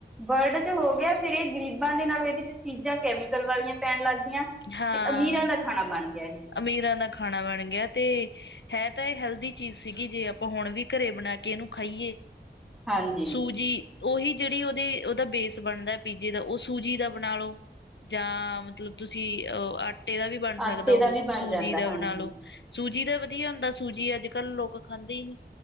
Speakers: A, in the centre; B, on the left (about 75°).
A: ਵਰਲਡ ਚ ਹੋ ਗਿਆ ਫਿਰ ਏ ਗ਼ਰੀਬਾਂ ਦੇ ਨਾਲ ਏਦੇ ਚ ਚੀਜ਼ਾਂ ਕੈਮੀਕਲ ਵਾਲੀਆਂ ਪੈਣ ਲੱਗ ਗੀਆਂ।
B: ਹਾਂ।
A: ਤੇ ਅਮੀਰਾਂ ਦਾ ਖਾਣਾ ਬਣ ਗਿਆ, ਏਹ।
B: ਅਮੀਰਾਂ ਦਾ ਖਾਣਾ ਬਣ ਗਿਆ। ਤੇ ਹੈ ਤਾਂ ਏਹ ਹੈਲਦੀ ਚੀਜ਼ ਸੀਗੀ ਜੇ ਅਪਾਂ ਹੁਣ ਵੀ ਘਰੇ ਬਣਾ ਕੇ ਏਨੂੰ ਖਾਈਏ।
A: ਹਾਂਜੀ।
B: ਸੂਜੀ ਓਹੀ ਜੇੜੀ ਔਦੀ ਔਦਾ ਬੇਸ ਬਣਦੈ ਪੀਜੇ ਦਾ ਔ ਸੂਜੀ ਦਾ ਬਣਾ ਲੋ। ਜਾਂ ਮਤਲਬ ਤੁਸੀਂ ਅਹ ਆਟੇ ਦਾ ਵੀ ਬਣ ਸਕਦੈ
A: ਆਟੇ
B: ਓਹ
A: ਦਾ ਵੀ ਬਣ
B: ਸੂਜੀ
A: ਜਾਂਦਾ
B: ਦਾ
A: ਹਾਂਜੀ।
B: ਬਣਾ ਲੋ। ਸੂਜੀ ਦਾ ਵਧੀਆ ਹੁੰਦਾ ਸੂਜੀ ਅੱਜ-ਕੱਲ ਲੋਕ ਖਾਂਦੇ ਹੀ ਨੀ।